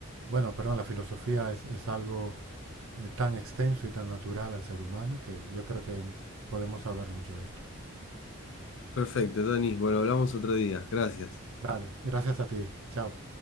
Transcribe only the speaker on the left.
Perfecto, Tony. Bueno, hablamos otro día. Gracias.